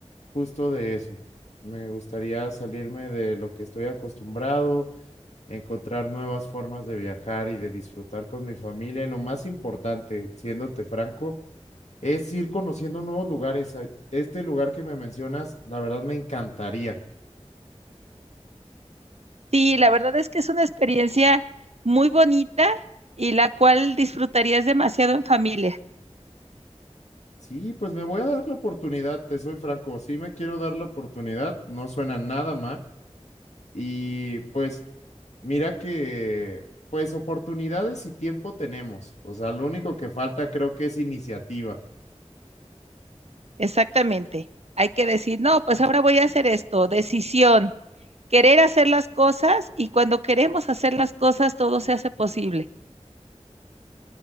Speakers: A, on the left (about 75°); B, on the right (about 65°).
A: justo de eso. Me gustaría salirme de lo que estoy acostumbrado, encontrar nuevas formas de viajar y de disfrutar con mi familia. Y lo más importante, siéndote franco, es ir conociendo nuevos lugares. A- Este lugar que me mencionas, la verdad me encantaría.
B: Sí, la verdad es que es una experiencia muy bonita y la cual disfrutarías demasiado en familia.
A: Sí, pues me voy a dar la oportunidad, te soy franco, sí me quiero dar la oportunidad, no suena nada mal. Y pues mira que, pues oportunidades y tiempo tenemos. O sea, lo único que falta creo que es iniciativa.
B: Exactamente. Hay que decir, no, pues ahora voy a hacer esto, decisión. querer hacer las cosas y cuando queremos hacer las cosas todo se hace posible.